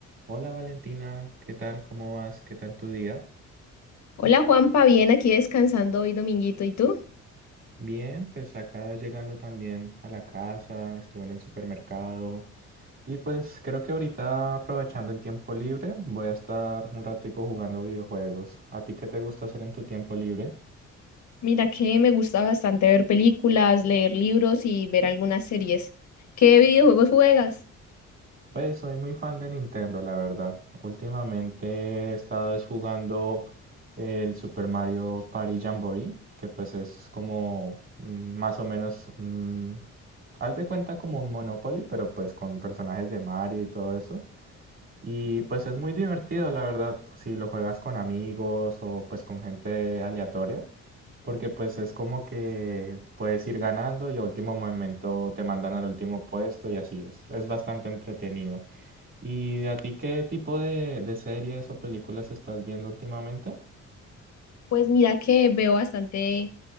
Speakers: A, on the right; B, on the left.
A: Hola Valentina, ¿qué tal? ¿Cómo vas? ¿Qué tal tu día?
B: Hola Juanpa, bien, aquí descansando hoy dominguito, ¿y tú?
A: Bien, pues acá llegando también a la casa, estuve en el supermercado y pues creo que ahorita aprovechando el tiempo libre voy a estar un ratico jugando videojuegos. ¿A ti qué te gusta hacer en tu tiempo libre?
B: Mira que me gusta bastante ver películas, leer libros y ver algunas series. ¿Qué videojuegos juegas?
A: Pues soy muy fan de Nintendo, la verdad. Últimamente he estado es jugando el Super Mario Party Jamboree, que pues es como mm, más o menos, mm, haz de cuenta como un Monopoly, pero pues con personajes de Mario y todo eso. Y pues es muy divertido, la verdad, si lo juegas con amigos o pues con gente aleatoria, porque pues es como que puedes ir ganando y a último momento te mandan al último puesto y así es. Es bastante entretenido. ¿Y a ti qué tipo de, de series o películas estás viendo últimamente?
B: Pues mira que veo bastante